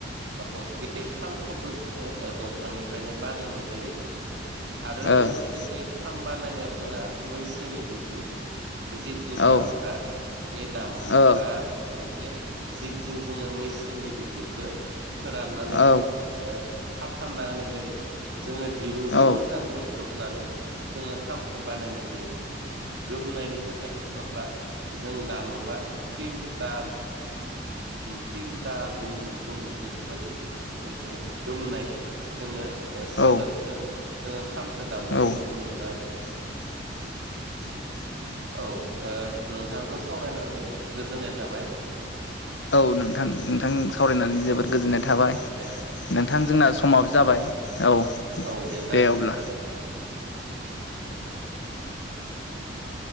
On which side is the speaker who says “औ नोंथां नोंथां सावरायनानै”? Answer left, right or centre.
Left